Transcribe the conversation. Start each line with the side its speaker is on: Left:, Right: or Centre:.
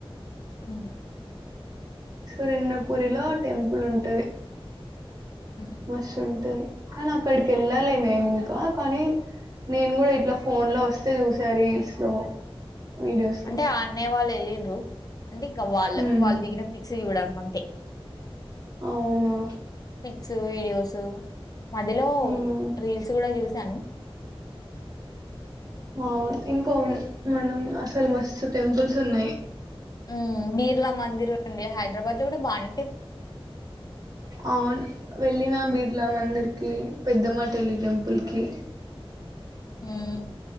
Left: ఆహ
Right: సురేంద్రపురిలో టెంపుల్ ఉంటది.
Left: మ్హూ.
Right: మస్స్తుంటది. కానీ అక్కడికి ఎళ్ళలే నేను ఇంకా కానీ నేను కూడా ఇట్లా ఫోన్ లో వస్తే చూసా రీల్స్ లో. వీడియోస్
Left: అంటే
Right: లో
Left: ఆ అన్నయ వాళ్ళు వెళ్ళిన్రు అంటే ఇంకా వాళ్ళ
Right: ఉమ్,
Left: వాళ్ళు దిగిన పిక్స్ చూడడం అం తే
Right: అవునా
Left: పిక్స్, వీడియోస్ మధ్యలో
Right: ఉమ్,
Left: రీల్స్ కూడా చూసి సాను
Right: అవును ఇంకా ఉ మనం అసలు మస్తు టెంపుల్స్ ఉన్నయి.
Left: హ్ బిర్లా మందిర్ ఉంది హైదరాబాద్ కూడా బానే
Right: అవును వెళ్ళినా బీర్లా మందిర్ కి పెద్దమ్మ తల్లి టెంపుల్ కి.
Left: హ